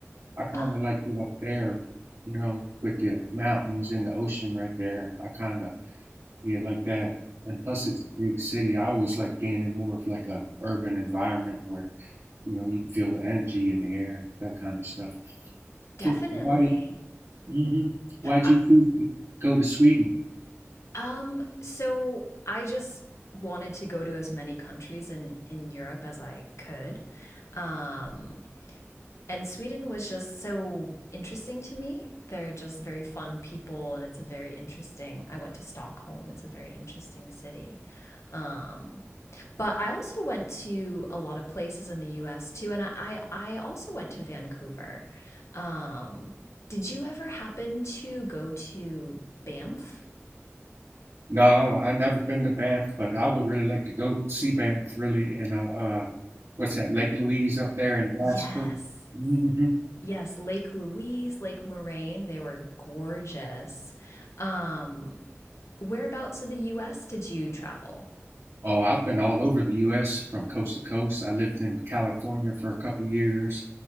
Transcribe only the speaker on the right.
I kind
of liked it up there, you know, with the mountains and the ocean right there. I kind of, yeah, like that. And plus, it's a big city. I always like being in more of like a urban environment where, you know, you can feel the energy in the air and that kind of stuff. So
why did, hmm Why'd
you choose to go to Sweden?
No, I've never been to Banff, but I would really like to go see Banff really in uh, uh what's that, Lake Louise up there in Jasper.
hmm
Oh, I've been all over the US from coast to coast. I lived in California for a couple years,